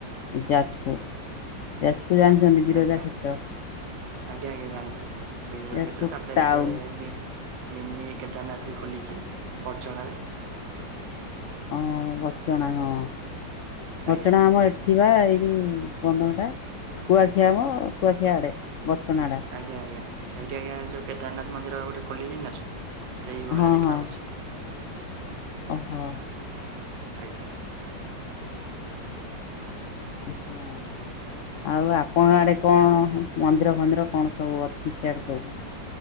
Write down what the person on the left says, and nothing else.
ଯାଜପୁର। ଯାଜପୁର ଆଣିଛନ୍ତି ବିରଜା
କ୍ଷେତ୍ର?
ଯାଜପୁର
ଟାଉନ୍
ଓଁ ବଛଣା ହଁ
ବଛଣା ଆମ ଏଠିବା ଏଇ ଯଉ ବନ୍ଧନଟା କୁଆଖିଆ ଆମ କୁଆଖିଆ ଆଡ଼େ ବଚ୍ଚନା ଟା।
ହଁ
ହଁ
ଓହୋ।
ହଁ ଆଉ ଆପଣ ଆଡେ କଣ ମନ୍ଦିର ଫନ୍ଦିର କଣ ସବୁ ଅଛି ସିଆଡ଼େ ସବୁ?